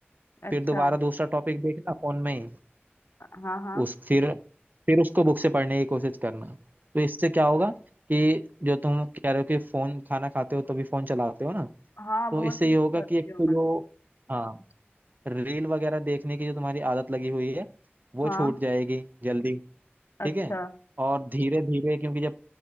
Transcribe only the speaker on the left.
अच्छा
हाँ हाँ
हाँ
बहुत
यूज
करती
हूँ
मैं
हाँ
अच्छा